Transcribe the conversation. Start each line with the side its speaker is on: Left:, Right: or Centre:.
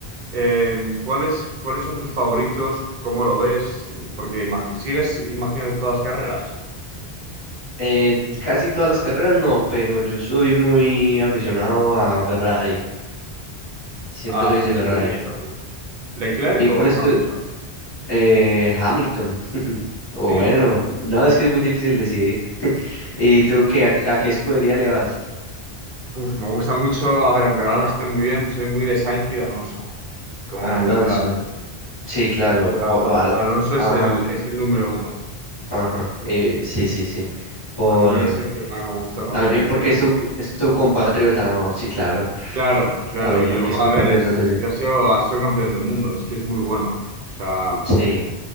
Right: eh, ¿cuáles, cuáles son tus favoritos? ¿Cómo lo ves? Porque imag- sigues imaginando todas las carreras.
Left: Eh, casi todas las carreras no, pero yo soy muy aficionado a Ferrari, siempre
Right: Ah,
Left: soy
Right: sí,
Left: de Ferrari.
Right: escudería Ferrari. ¿Leclerc
Left: ¿Y
Right: o
Left: cuál es
Right: Hamilton?
Left: tu...? Eh, Hamilton, o
Right: Sí.
Left: bueno, no, es que es muy difícil decidir. <laughs>
Right: Uf.
Left: ¿Y tú qué?
Right: pues
Left: ¿A, qué a qué escudería le vas?
Right: Uf, me gusta mucho, a ver, aunque ahora no esté muy bien, soy muy de Sainz y de Alonso, como
Left: A
Right: entenderás.
Left: Alonso, sí, claro,
Right: Pero
Left: o- o al-
Right: Alonso
Left: ajá.
Right: es el, es el número uno.
Left: Ajá, eh, sí, sí, sí. Por,
Right: A mí es el que más me gusta con
Left: también
Right: diferencia.
Left: porque es tu, es tu compatriota, no, sí, claro.
Right: Claro, claro.
Left: También
Right: Y
Left: porque
Right: luego,
Left: es compatriota
Right: a ver, es,
Left: tuya.
Right: es que ha sido, ha sido campeón del mundo, es que es muy bueno. O sea,
Left: Sí.